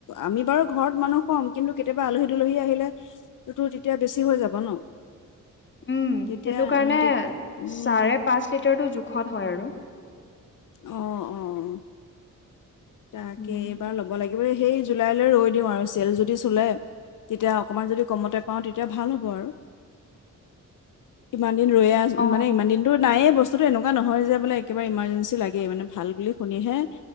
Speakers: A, on the left; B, on the left.
A: আমি বাৰু ঘৰত মানুহ কম কিন্তু কেতিয়াবা আলহী-দুলহী আহিলে সেইতো তেতিয়া বেছি হৈ যাব ন?
B: উম,
A: তেতিয়া
B: সেইটো কাৰণে
A: আহ, তে উম
B: চাৰে পাঁচ লিটাৰটো জোখত হয় আৰু।
A: অ-অ-অ। তাকে
B: উম
A: এইবাৰ ল'ব লাগিব সেই জুলাইলৈ ৰৈ দিওঁ আৰু চেল যদি চুলে তেতিয়া অকণমান যদি কমতে পাওঁ তেতিয়া ভাল হ'ব আৰু ইমান দিন ৰৈ আছো
B: অ
A: মানে ইমান দিনতো নায়ে বস্তু তোৰ তো এনেকুৱা নহয় যে বোলে একেবাৰে ইমাৰ্জেঞ্চি লাগেই মানে ভাল বুলি শুনিহে